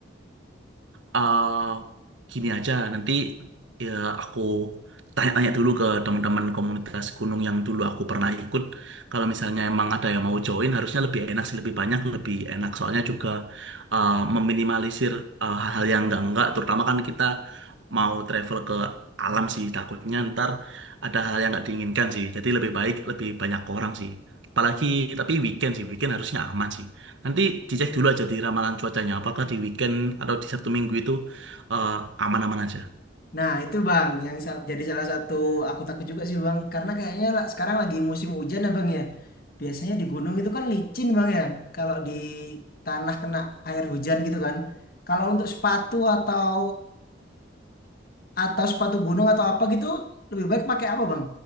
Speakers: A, on the right; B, on the left.
A: eh gini aja nanti ya aku tanya-tanya dulu ke teman-teman komunitas gunung yang dulu aku pernah ikut. Kalau misalnya emang ada yang mau join, harusnya lebih enak sih, lebih banyak, lebih enak. Soalnya juga eh, meminimalisir eh, hal-hal yang enggak-enggak. Terutama kan kita mau travel ke alam sih, takutnya ntar ada hal yang nggak diinginkan sih. Jadi lebih baik, lebih banyak orang sih. Apalagi tapi weekend sih, weekend harusnya aman sih. Nanti dicek dulu aja di ramalan cuacanya, apakah di weekend atau di Sabtu Minggu itu eh, aman-aman aja.
B: Nah, itu, Bang, yang sa- jadi salah satu aku takut juga sih, Bang. Karena kayaknya la- sekarang lagi musim hujan, ya, Bang, ya. Biasanya di gunung itu kan licin, Bang, ya. Kalau di tanah kena air hujan gitu kan. Kalau untuk sepatu atau atau sepatu gunung atau apa gitu lebih baik pakai apa bang?